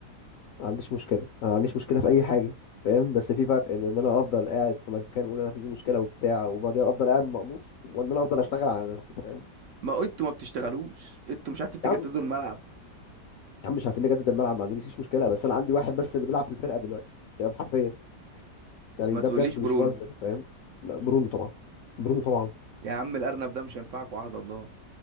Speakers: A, on the left; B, on the right.
A: ما عنديش مشكله انا ما عنديش مشكله في اي حاجه فاهم بس في فرق بين ان انا افضل قاعد في مكان اقول انا في مشكله وبتاع وبعدين افضل قاعد مقموص وان انا افضل اشتغل على نفسي فاهم
B: ما انتوا ما بتشتغلوش انتوا مش عارفين تجددوا
A: يا عم
B: الملعب
A: يا عم مش عارفين نجدد الملعب ما عنديش مشكله بس انا عندي واحد بس اللي بيلعب في الفرقه دلوقتي فاهم حرفيا يعني
B: ما
A: ده
B: تقوليش
A: بجد مش
B: برونو
A: بهزر فاهم لا برونو طبعا برونو طبعا
B: يا عم الارنب ده مش هينفعكوا عهد الله